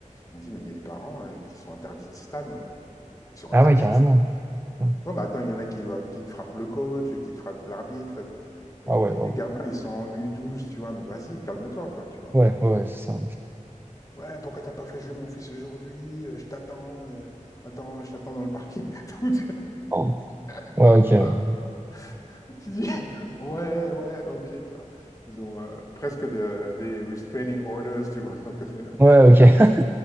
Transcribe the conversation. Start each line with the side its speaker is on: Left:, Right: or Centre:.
Left: Il me dit, mais il y a des parents euh, qui sont interdits de stade maintenant. Ils sont interdits
Right: Ah ouais, carrément.
Left: de stade.
Right: Putain.
Left: Ouais, mais attends, il y en a qui, vont- qui te frappent le coach, qui te frappent l'arbitre. Et
Right: Ah ouais, waouh.
Left: les gamins, ils sont en U12, tu vois, mais vas-y, calme-toi, quoi, tu vois.
Right: Ouais, ouais, ouais, c'est ça.
Left: Ouais, pourquoi t'as pas fait jouer mon fils aujourd'hui? Euh, Je t'attends, euh, attends, je t'attends dans le parking <laughs> et
Right: Oh.
Left: tout.
Right: Ouais, ok. Ouais,
Left: Tu dis, <laughs> ouais, ouais, ok, tu vois. Ils ont euh, presque de- des restraining orders, tu vois. Donc, euh,
Right: Ouais,
Left: <laughs> inter-
Right: ok. <laughs>